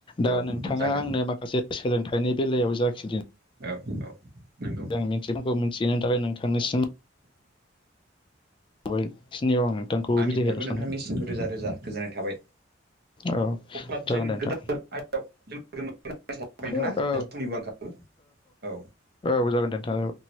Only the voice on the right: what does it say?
औ
जागोन
औ औ। नंगौ
आंनिफ्रायबो
नोंथांनिसिमखौ
रोजा रोजा गोजोननाय थाबाय।
अब्ला
जों
गोदान आयदायाव जों लोगो मोनगोन होनना सानो नोंथाङा
जोंहा
समनिबो आंखाल औ